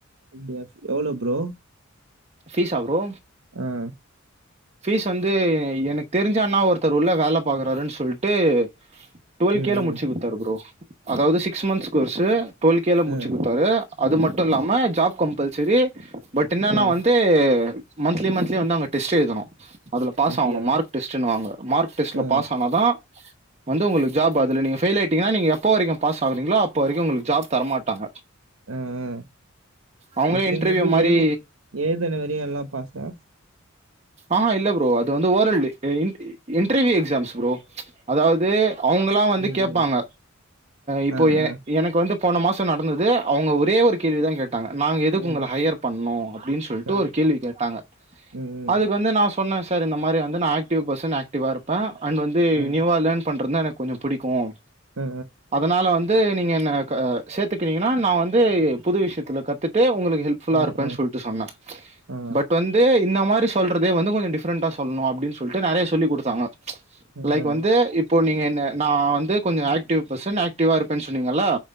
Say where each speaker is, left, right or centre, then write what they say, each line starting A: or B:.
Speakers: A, on the right; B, on the right.
A: அப்டியா எவ்ளோ ப்ரோ
B: ஃபீஸா ப்ரோ
A: ஆஹ்
B: ஃபீஸ் வந்து எனக்கு தெரிஞ்சன்னா ஒருத்தர் உள்ள வேல பாக்குறாருன்னு சொல்ட்டு டுவல்
A: ம்
B: கேல
A: ம்
B: முடிச்சு கொடுத்தாரு ப்ரோ அதாவது சிக்ஸ் மந்த்ஸ் கோர்ஸு டுவெல் கேல முடிச்சு
A: ஆ
B: குடுத்தாரு அது மட்டு இல்லாம ஜாப் கம்பல்சரி பட் என்னான்னா
A: ஆ
B: வந்து வந்து மந்த்லி மந்த்லி வந்து அங்க டெஸ்ட் எழுதணு அதில பாஸ்
A: அப்படியா
B: ஆவணு மார்க் டெஸ்டுனுவாங்க மார்க் டெஸ்ட்ல
A: ஆ ஆ
B: பாஸ் ஆனாதா வந்து உங்களுக்கு ஜாப் அதுல நீங்க ஃபெயில் ஆயிட்டீங்கன்னா நீங்க எப்போ வரைக்கு பாஸ் ஆகுறீங்களோ அப்போ வரைக்கு உங்களுக்கு ஜாப் தரமாட்டாங்க
A: ஆ ஆ
B: அவுங்களே
A: இப்போ நீங்கள்
B: இன்டர்வியூ
A: எப்படி
B: மாரி
A: ஏது ஏதுன வரையு எல்லா பாஸ்தா
B: ஆஹ்ஹா இல்ல ப்ரோ அது வந்து ஓரல் டிக்ட்டு இன்டர்வியூ எக்ஸாம்ஸ் ப்ரோ அதாவ்து அவுங்களா வந்து
A: ம்
B: கேப்பாங்க
A: ம்
B: இப்போ
A: ஆ, ஆ,
B: ஏன் எனக்கு வந்து போன மாசோ நடந்தது அவங்க ஒரே ஒரு கேள்வி தா கேட்டா நாங்க எதுக்கு
A: ம்,
B: உங்கள ஹையர் பண்ணு அப்டின்னு சொல்ட்டு
A: ஆ,
B: ஒரு கேள்வி கேட்டாங்க
A: ம், ம்,
B: அதுக்கு வந்து நா சொன்னே சார் இந்த மாரி வந்து நா ஆக்டிவ் பர்சன் ஆக்டிவா இருப்பே அண்ட் வந்து
A: ஆ,
B: நியூவா லேர்ன் பண்றதுதா எனக்கு கொஞ்சோ பிடிக்கு
A: ஆ, ஆ,
B: அதனால வந்து நீங்க என்ன சேத்துக்கிறீங்கன்னா நா வந்து புது விஷயத்தில கத்துட்டு உங்ளுக்கு ஹெல்ப் ஃபுல்லா
A: ஆ, ஆ,
B: இருப்பே
A: ஆ,
B: சொல்ட்டு சொன்னே
A: ஆ,
B: பட் வந்து இந்த மாரி சொல்றதே வந்து கொஞ்சோ டிஃப்ரெண்டா சொல்லணு அப்டின்னு சொல்ட்டு நிறைய சொல்லிக் கொடுத்தாங்க
A: ஆ,
B: லைக் வந்து இப் இப்போ நீங்க என்ன நா வந்து கொஞ்சோ ஆக்டிவ் பர்சன் ஆக்டிவா இருப்பேன்னு சொன்னீங்கள